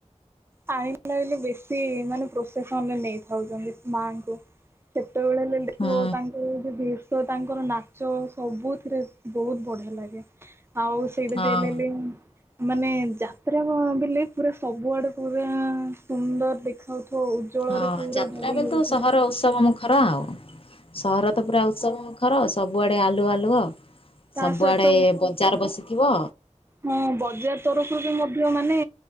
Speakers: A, on the right; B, on the left.
A: ଆଣିଲା ବେଳେ ବେଶୀ ମାନେ ପ୍ରୋସେସନରେ ନେଇଥାଉଛନ୍ତି ମାଙ୍କୁ। କେତେବେଳେ ହେଲେ ଦେଖିବ
B: ହୁଁ
A: ତାଙ୍କୁ ଯଦି ତ ତାଙ୍କର ନାଚ ସବୁଥିରେ ବହୁତ ବଢିଆ ଲାଗେ। ଆଉ ସେଇଟା
B: ହଁ
A: ଯିଏ ହେଲେ ହେଲେ ହିଁ ମାନେ ଯାତ୍ରା ବଲେ ପୁରା ସବୁଆଡେ ପୁରା ସୁନ୍ଦର ଦେଖାଯାଉଥିବ ଉଜ୍ଜ୍ୱଳରେ
B: ହଁ
A: ପୁରା
B: ଯାତ୍ରା
A: ଭରି
B: ବେଳେ
A: ହେଉଥିବ।
B: ତ ସହର ଉତ୍ସବ ମୁଖ। ଖର ଆଉ ସହର ତ ପୁରା ଉତ୍ସବ ମୁଖର ସବୁଆଡ଼େ ଆଲୁଅ ଆଲୁଅ।
A: ତା
B: ସବୁଆଡେ
A: ସହିତ
B: ବଜାର ବସିଥିବ।
A: ହଁ ବଜାର ତରଫରୁ ବି ମଧ୍ୟ ମାନେ